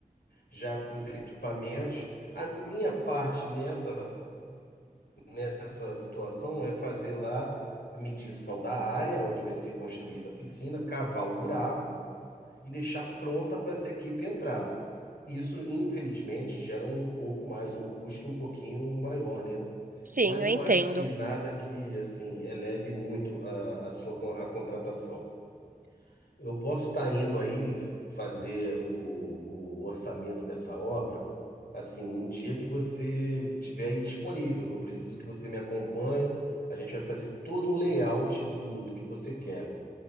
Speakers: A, on the left; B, on the right.
A: já com os equipamentos. A minha parte nessa, nessa situação é fazer lá a medição da área onde vai ser construída a piscina, cavar o buraco e deixar pronta para essa equipe entrar. Isso, infelizmente, gera um pouco mais, um custo um pouquinho maior, né?
B: Sim,
A: Mas
B: eu
A: eu
B: entendo.
A: acho que nada que, assim, eleve muito a, a sua con- a contratação. Eu posso estar indo aí fazer o, o orçamento dessa obra, assim, um dia que você tiver aí disponível. Eu preciso que você me acompanhe. A gente vai fazer todo um layout do, do que você quer.